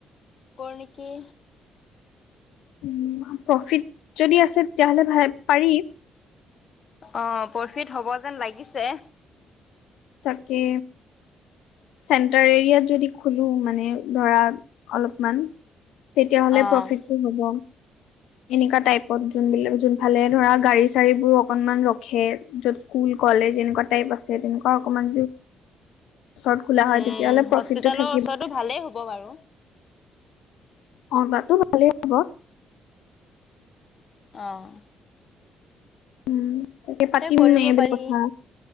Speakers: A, on the left; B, on the left.
A: কৰো নেকি।
B: উম প্ৰফিট যদি আছে, তেতিয়াহ'লে ভাল পাৰি।
A: অঁ প্ৰফিট হ'ব যেন লাগিছে।
B: তাকে। চেণ্টাৰ এৰিয়াত যদি খুলো মানে ধৰা অলপমান, তেতিয়াহ'লে
A: অ'।
B: প্ৰফিটটো হ'ব। এনেকুৱা টাইপত, যোনবিলাক যোন ফালে ধৰা গাড়ী চাৰী বোৰ অকনমান ৰখে, য'ত স্কুল কলেজ এনেকুৱা টাইপ আছে তেনেকুৱা অঁ অকমান ওচৰত খোলা হয়
A: উম
B: তেতিয়াহ'লে প্ৰফিটটো
A: হস্পিতালৰ
B: থাকিব
A: ওচৰতটো ভালেই হ'ব হ'ব বাৰু।
B: অঁ তাতটো ভালেই হ'ব।
A: অঁ
B: উম তাকে পাতিম
A: কৰিব
B: এইবোৰ
A: পাৰি।
B: কথা,